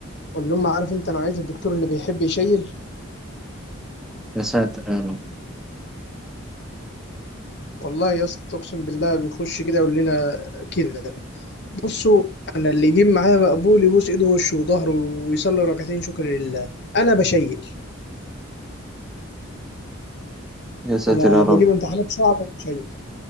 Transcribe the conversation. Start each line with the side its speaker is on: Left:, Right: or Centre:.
Left: اللي هم عارف انت نوعيه الدكتور اللي بيحب يشيل
Centre: يا ساتر يا رب
Left: والله يا اسطى اقسم بالله بيخش كده يقول لنا كده بصوا انا اللي يجيب معايا مقبول يبوس ايده ووشه وظهره ويصلي ركعتين شكر لله انا بشيل
Centre: يا ساتر
Left: انا
Centre: يا رب
Left: بجيب امتحانات صعبه وشيء